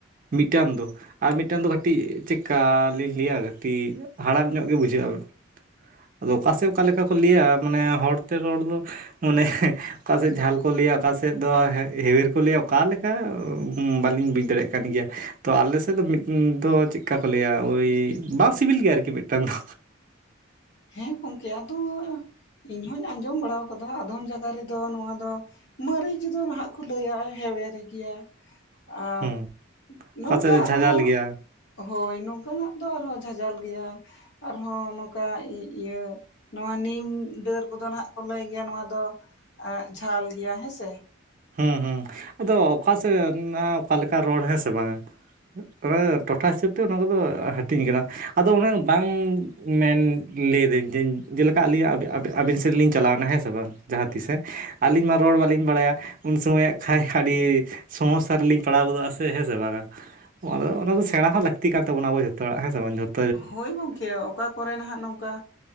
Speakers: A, on the right; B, on the left.
A: ᱢᱤᱫᱴᱟᱱ ᱫᱚ᱾ ᱟᱨ ᱢᱤᱫᱴᱟᱱ ᱫᱚ ᱠᱟᱴᱤᱡ ᱪᱮᱠᱠᱟ ᱞᱤᱧ ᱞᱟᱹᱭᱟ, ᱠᱟᱹᱴᱤᱡ ᱦᱟᱲᱟᱢ ᱧᱚᱜ ᱜᱮ ᱵᱩᱡᱷᱟᱹᱜᱼᱟ᱾ ᱟᱫᱚ ᱚᱠᱟ ᱥᱮᱜ ᱚᱠᱟ ᱞᱮᱠᱟ ᱠᱚ ᱞᱟᱹᱭᱟ, ᱢᱟᱱᱮ ᱦᱚᱲ ᱛᱮ ᱨᱚᱲ ᱫᱚ᱾ ᱢᱚᱱᱮ ᱚᱠᱟ ᱥᱮᱜ ᱡᱷᱟᱞ ᱠᱚ ᱞᱟᱹᱭᱟ, ᱚᱠᱟ ᱥᱮᱜ ᱫᱚ ᱦᱮᱣ ᱦᱮᱣᱮᱨ ᱠᱚ ᱞᱟᱹᱭᱟ ᱚᱠᱟ ᱞᱮᱠ <inaudible> ᱵᱟᱞᱤᱧ ᱵᱩᱡᱽ ᱫᱟᱲᱮᱭᱟᱜ ᱠᱟᱱ ᱜᱮᱭᱟ᱾ ᱛᱚ ᱟᱞᱮ ᱥᱮᱜ ᱫᱚ <inaudible> ᱫᱚ ᱪᱮᱜ ᱠᱟ ᱠᱚ ᱞᱟᱹᱭᱟ, ᱳᱭ ᱵᱟᱝ ᱥᱤᱵᱤᱞ ᱜᱮᱭᱟ ᱟᱨᱠᱤ ᱢᱤᱫᱴᱟᱱ ᱫᱚ᱾
B: ᱦᱮᱸ ᱜᱚᱝᱠᱮ ᱟᱫᱚ, ᱤᱧ ᱦᱚᱧ ᱟᱸᱡᱚᱢ ᱵᱟᱲᱟᱣ ᱠᱟᱫᱟ ᱟᱫᱷᱟᱢ ᱡᱟᱭᱜᱟ ᱨᱮᱫᱚ ᱱᱚᱣᱟ ᱫᱚ ᱢᱟᱹᱨᱤᱪ ᱫᱚ ᱱᱟᱦᱟᱸᱜ ᱠᱚ ᱞᱟᱹᱭᱟ ᱦᱮᱣᱮᱨ ᱜᱮᱭᱟ᱾ ᱟᱨ
A: ᱦᱮᱸ
B: ᱱᱚᱝᱠᱟ
A: ᱚᱠᱟ ᱥᱮᱫ ᱫᱚ
B: ᱟᱨ
A: ᱡᱷᱟᱡᱟᱞ
B: ᱦᱚᱸ
A: ᱜᱮᱭᱟ
B: ᱦᱳᱭ ᱱᱚᱝᱠᱟ ᱱᱟᱜ ᱫᱚ ᱟᱨ ᱦᱚᱸ ᱡᱷᱟᱡᱟᱞ ᱜᱮᱭᱟ ᱟᱨ ᱦᱚᱸ ᱱᱚᱝᱠᱟ <inaudible> ᱤᱭᱟᱹ ᱱᱚᱣᱟ ᱱᱤᱢ ᱰᱟᱹᱨ ᱠᱚᱫᱚ ᱱᱟᱦᱟᱸᱜ ᱠᱚ ᱞᱟᱹᱭ ᱜᱮᱭᱟ ᱱᱚᱣᱟ ᱫᱚ ᱮᱸᱜ ᱡᱷᱟᱞ ᱜᱮᱭᱟ ᱦᱮᱸ ᱥᱮ᱾
A: ᱦᱩᱸ ᱦᱩᱸ ᱟᱫᱚ ᱚᱠᱟ ᱥᱮᱱ ᱱᱟᱜ ᱚᱠᱟ ᱞᱮᱠᱟ ᱨᱚᱲ ᱦᱮᱸ ᱥᱮ ᱵᱟᱝ᱾ ᱚᱱᱟ ᱫᱟ ᱴᱚᱴᱷᱟ ᱦᱤᱥᱟᱹᱵᱽ ᱛᱮ ᱚᱱᱟ ᱠᱚᱫᱚ ᱦᱟᱹᱴᱤᱧ ᱠᱟᱱᱟ᱾ ᱟᱫᱚ ᱚᱱᱟ ᱵᱟᱝ ᱢᱮᱱ ᱞᱟᱹᱭ ᱟᱫᱟᱹᱧ ᱡᱮ ᱡᱮᱞᱮᱠᱟ ᱟᱹᱞᱤᱧᱟᱜ ᱟᱵᱮ ᱟᱵᱮ ᱟᱵᱤᱱ ᱥᱮᱫ ᱞᱤᱧ ᱪᱟᱞᱟᱣ ᱮᱱᱟ ᱦᱮᱸ ᱥᱮ ᱵᱟᱝ᱾ ᱡᱟᱸᱦᱟᱸ ᱛᱤᱥᱮ ᱟᱞᱤᱧ ᱢᱟ ᱨᱚᱲ ᱵᱟᱞᱤᱧ ᱵᱟᱲᱟᱭᱟ᱾ ᱩᱱ ᱥᱚᱢᱚᱭᱟᱜ ᱠᱷᱟᱡ ᱟᱰᱤ ᱥᱚᱢᱚᱥᱥᱟ ᱨᱮᱞᱤᱧ ᱯᱟᱲᱟᱣ ᱜᱚᱫᱚᱜ-ᱟ ᱥᱮ ᱦᱮᱸ ᱥᱮ ᱵᱟᱝ-ᱟ᱾ <inaudible> ᱚᱱᱟ ᱫᱚ ᱥᱮᱬᱟ ᱦᱚᱸ ᱞᱟᱠᱛᱤ ᱠᱟᱱ ᱛᱵᱚᱱᱟ ᱟᱵᱚ ᱡᱚᱛᱚ ᱦᱚᱲᱟᱜ ᱦᱮᱸ ᱥᱮ ᱵᱟᱝ ᱡᱚᱛ
B: ᱦᱳᱭ ᱜᱚᱝᱠᱮ ᱚᱠᱟ ᱠᱚᱨᱮ ᱱᱟᱦᱟᱸᱜ ᱱᱚᱝᱠᱟ